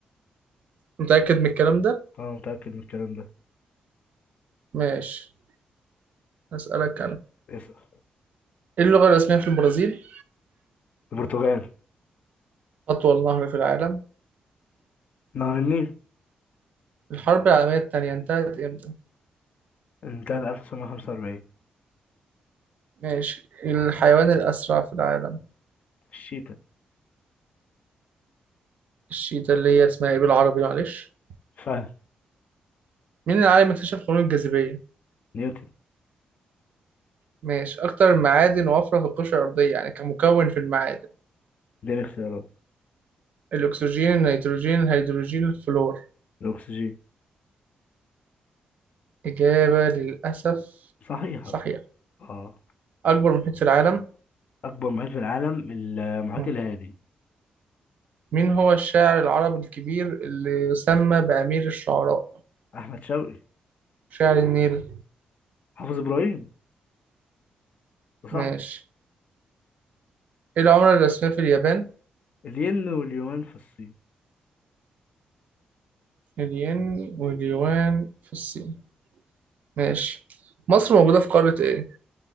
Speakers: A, on the right; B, on the left.
A: متأكد من الكلام ده
B: أنا متأكد من الكلام ده
A: ماشي أسألك أنا
B: اسأل
A: ايه اللغة الرسمية في البرازيل
B: البرتغال
A: أطول نهر في العالم
B: نهر النيل
A: الحرب العالمية التانية انتهت امتى
B: انتهى 1945
A: ماشي الحيوان الأسرع في العالم
B: الشيتا
A: الشيتا اللي هي اسمها ايه بالعربي معلش
B: فهد
A: مين العالم اللي اكتشف قانون الجاذبية؟
B: نيوتن
A: ماشي أكتر المعادن وفرة في القشرة الأرضية يعني كمكون في المعادن
B: اديني اختيارات
A: الأكسجين النيتروجين الهيدروجين الفلور
B: الأكسجين
A: إجابة للأسف
B: صحيحة
A: صحيح
B: اه
A: أكبر محيط في العالم
B: اكبر محيط في العالم المحيط
A: مم.
B: الهادي
A: مين هو الشاعر العربي الكبير اللي يسمى بأمير الشعراء؟
B: احمد شوقي
A: شاعر النيل
B: حافظ ابراهيم وصاحبي
A: ماشي إيه العملة الرسمية في اليابان؟
B: الين واليونان في الصين
A: الين واليوان في الصين ماشي مصر موجودة في قارة إيه؟